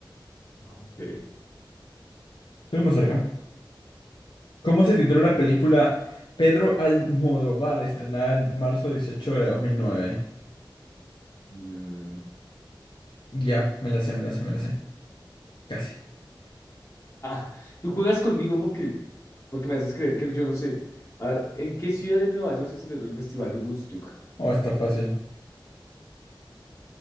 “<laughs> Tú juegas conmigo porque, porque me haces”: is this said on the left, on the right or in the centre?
Left